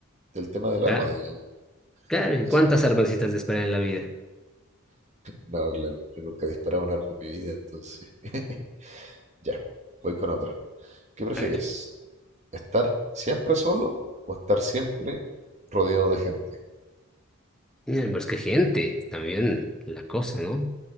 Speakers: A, on the right (about 35°); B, in the centre.
A: del tema del arma,
B: ¿Ah?
A: digamos.
B: Claro, ¿y
A: Así
B: cuántas
A: que,
B: armas necesitas de esperar en la vida?
A: no, claro, yo nunca he disparado un arma en mi vida, entonces. <laughs> Ya, voy con otra. ¿Qué prefieres?
B: A ver,
A: ¿Estar siempre solo o estar siempre rodeado de gente?
B: eh, pues qué gente, también la cosa, ¿no?